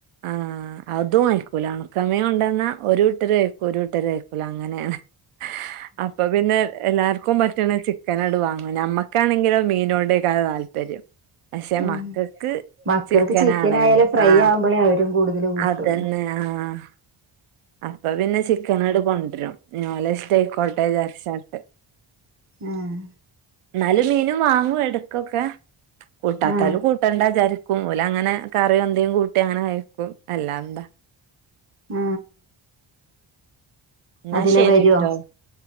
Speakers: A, on the right; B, on the right.
A: ആഹ് അതും കയിക്കൂല ഉണക്ക മീൻ കൊണ്ടന്നാ ഒരു കൂട്ടര് കഴിക്കും ഒരു കൂട്ടര് കഴിക്കൂല അങ്ങനെണ് <unintelligible> അപ്പൊ പിന്നെ എല്ലാർക്കും പറ്റണ ചിക്കനാട് വാങ്ങും നമ്മക്കാണെങ്കിലോ മീനോടേക്കാരം താല്പര്യം പക്ഷെ
B: ആഹ്
A: മക്കൾക്ക്
B: മക്കൾക്ക്
A: ചിക്കനാണേണും
B: ചിക്കൻ ആയാലും ഫ്രൈ
A: ആ
B: ആവുമ്പോളേ അവരും കൂടുതൽ കൂട്ടുള്ളൂ
A: അതന്നെ ആഹ് അപ്പൊ പിന്നെ ചിക്കനാട്ട് കൊണ്ടരും ഇഞ്ഞ് ഓലെ ഷ്ടയിക്കോട്ടെ ചാരിച്ചാണ്ട്
B: ആഹ്
A: ന്നാലും മീനും വാങ്ങും എടക്കൊക്കെ കൂട്ടാത്താല്
B: ആഹ്
A: കൂട്ടണ്ടാചാരിക്കും ഓലങ്ങനെ കറിയും എന്തേകൂട്ടി അങ്ങനെ കയിക്കും അല്ലാന്താ
B: ആ
A: എന്നാ
B: അതിലെ
A: ശരിട്ടോ
B: വരോ